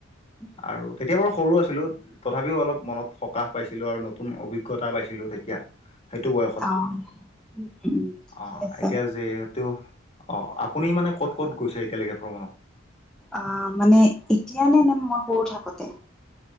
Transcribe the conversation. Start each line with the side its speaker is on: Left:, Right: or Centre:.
Centre: উম
Left: আৰু
Centre: উম।
Left: তেতিয়া বাৰু সৰু আছিলো তথাপিও অলপ মনত সকাহ পাইছিলো আৰু নতুন অভিজ্ঞতা পাইছিলো তেতিয়া সেইটো বয়সত
Centre: অ উম উম ঠিকে
Left: আহ
Centre: আছে।
Left: এতিয়া যিহেতু অঁ আপুনি মানে ক'ত ক'ত গৈছে এতিয়ালৈকে ভ্ৰমণত
Centre: আহ মানে এতিয়া নে নে মই সৰু থাকোঁতে